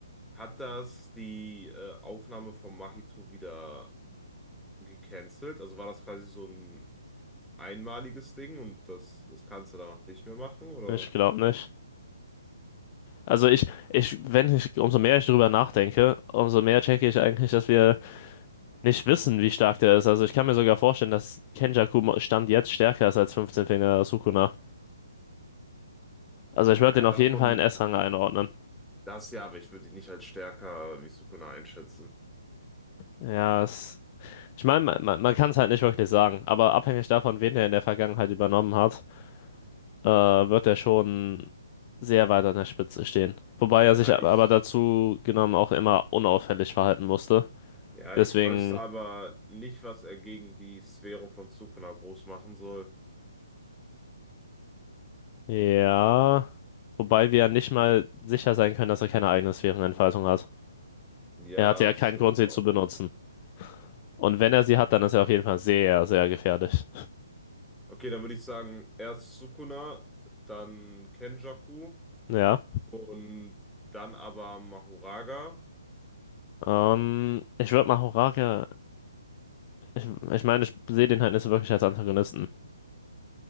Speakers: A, in the centre; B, on the left (about 30°).
A: Hat das die äh, Aufnahme von Mahito wieder gecancelt? Also war das quasi so ein einmaliges Ding und das, das kannst du danach nicht mehr machen? Oder?
B: ich glaube nicht. Also ich, ich, wenn ich, umso mehr ich drüber nachdenke, umso mehr checke ich eigentlich, dass wir nicht wissen, wie stark der ist. Also ich kann mir sogar vorstellen, dass Kenjaku Stand jetzt stärker ist als 15 Finger Sukuna. Also ich
A: Ja,
B: würde den auf
A: davon
B: jeden Fall in S-Rang einordnen.
A: das ja, aber ich würde ihn nicht als stärker wie Sukuna einschätzen.
B: Ja, es Ich meine, man, man, man kann es halt nicht wirklich sagen, aber abhängig davon, wen er in der Vergangenheit übernommen hat, äh, wird er schon sehr weit an der Spitze stehen. Wobei er
A: Ja,
B: sich ab-
A: ich,
B: aber dazu genommen auch immer unauffällig verhalten musste.
A: ja,
B: Deswegen,
A: ich wüsste aber nicht, was er gegen die Sphäre von Sukuna groß machen soll.
B: ja. Wobei wir ja nicht mal sicher sein können, dass er keine eigene Sphärenentfaltung hat.
A: Ja,
B: Er hatte ja keinen
A: stimmt
B: Grund, sie
A: auch.
B: zu benutzen. Und wenn er sie hat, dann ist er auf jeden Fall sehr, sehr gefährlich.
A: Okay, dann würde ich sagen, erst Sukuna, dann Kenjaku
B: Ja.
A: und dann aber Mahoraga.
B: Ähm, ich würde mal Horaria. Ich, ich meine, ich sehe den halt nicht so wirklich als Antagonisten.